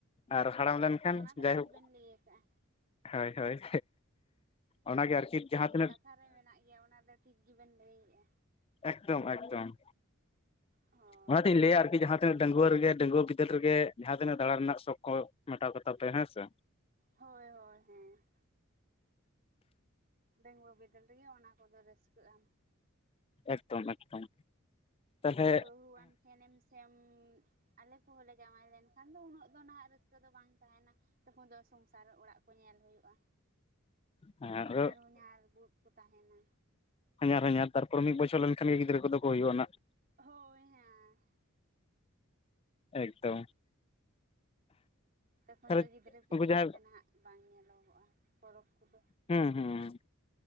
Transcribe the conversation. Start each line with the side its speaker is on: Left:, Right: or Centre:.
Left: ᱟᱨ ᱦᱟᱲᱟᱢ ᱞᱮᱱᱠᱷᱟᱱ
Right: ᱚᱱᱟ ᱫᱚ
Left: ᱡᱟᱭᱦᱳᱠ
Right: ᱴᱷᱤᱠ ᱵᱮᱱ ᱞᱟᱹᱭ ᱠᱟᱜᱼᱟ
Left: ᱦᱳᱭ ᱦᱳᱭ ᱚᱱᱟᱜᱮ ᱟᱨᱠᱤ ᱡᱟᱦᱟᱸ ᱛᱤᱱᱟᱹᱜ
Right: ᱠᱟᱛᱷᱟ ᱨᱮ ᱢᱮᱱᱟᱜ ᱜᱮᱭᱟ ᱚᱱᱟ ᱫᱚ ᱴᱷᱤᱠ ᱜᱮᱵᱮᱱ ᱞᱟᱹᱭᱮᱜᱼᱟ
Left: ᱮᱠᱫᱚᱢ ᱮᱠᱫᱚᱢ
Right: ᱦᱳᱭ
Left: ᱚᱱᱟᱛᱤᱧ ᱞᱟᱹᱭᱟ ᱟᱨᱠᱤ ᱡᱟᱦᱟᱸ ᱛᱤᱱᱟᱹᱜ ᱰᱟᱹᱜᱩᱣᱟᱹ ᱨᱮᱜᱮ ᱰᱟᱹᱜᱩᱣᱟᱹ ᱵᱤᱫᱟᱹᱞ ᱨᱮᱜᱮ ᱡᱟᱦᱟᱸ ᱛᱤᱱᱟᱹᱜ ᱫᱟᱲᱟᱱ ᱨᱮᱱᱟᱜ ᱥᱚᱠ ᱠᱚ ᱢᱮᱴᱟᱣ ᱠᱟᱛᱟ ᱯᱮ ᱦᱮᱸ ᱥᱮ
Right: ᱦᱳᱭ ᱦᱳᱭ ᱦᱮᱸ ᱰᱟᱹᱜᱩᱣᱟᱹ ᱵᱤᱫᱟᱹᱞ ᱨᱮᱜᱮ ᱚᱱᱟ ᱠᱚᱫᱚ ᱨᱟᱹᱥᱠᱟᱹᱜᱼᱟ ᱟᱢ
Left: ᱮᱠᱫᱚᱢ ᱮᱠᱫᱚᱢ ᱛᱟᱦᱚᱞᱮ
Right: ᱵᱟᱹᱦᱩ ᱟᱱ ᱴᱷᱮᱱᱮᱢ ᱥᱮᱢ ᱟᱞᱮ ᱠᱚᱦᱚᱸ ᱞᱮ ᱡᱟᱶᱟᱭ ᱞᱮᱱ ᱛᱚᱠᱷᱟᱱ ᱫᱚ ᱩᱱᱟᱹᱜ ᱫᱚ ᱱᱟᱦᱟᱜ ᱨᱟᱹᱥᱠᱟᱹ ᱫᱚ ᱵᱟᱝ ᱛᱟᱦᱮᱱᱟ ᱛᱚᱠᱷᱚᱱ ᱫᱚ ᱥᱚᱝᱥᱟᱨ ᱚᱲᱟᱜ ᱠᱚ ᱧᱮᱞ ᱦᱩᱭᱩᱜᱼᱟ᱾
Left: ᱦᱮᱸ
Right: ᱦᱟᱱᱟᱨ
Left: ᱟᱫᱚ
Right: ᱦᱩᱧᱟᱨ ᱵᱩᱜᱤ ᱠᱚ ᱛᱟᱦᱮᱱᱟ᱾
Left: ᱦᱟᱧᱟᱨ ᱦᱩᱧᱟᱨ ᱛᱟᱨᱯᱚᱨᱮ ᱢᱤᱫ ᱵᱚᱪᱷᱚᱨ ᱞᱮᱱᱠᱷᱟᱱ ᱜᱮ ᱜᱤᱫᱽᱨᱟᱹ ᱠᱚᱫᱚ ᱠᱚ ᱦᱩᱭᱩᱜᱼᱟ ᱦᱟᱸᱱᱟᱜ᱾
Right: ᱦᱳᱭ ᱦᱮᱸ᱾
Left: ᱮᱠᱫᱚᱢ
Right: ᱛᱚᱠᱷᱚᱱ
Left: ᱛᱟᱦᱚᱞᱮ
Right: ᱫᱚ ᱜᱤᱫᱽᱨᱟᱹ ᱯᱤᱫᱽᱨᱟᱹ
Left: ᱩᱱᱠᱩ ᱡᱟᱦᱟᱸᱭ
Right: ᱟᱛᱮ ᱱᱟᱦᱟᱜ ᱵᱟᱝ ᱧᱮᱞᱚᱜᱚᱜᱼᱟ ᱯᱚᱨᱚᱵᱽ ᱠᱚᱫᱚ᱾
Left: ᱦᱩᱸ ᱦᱩᱸ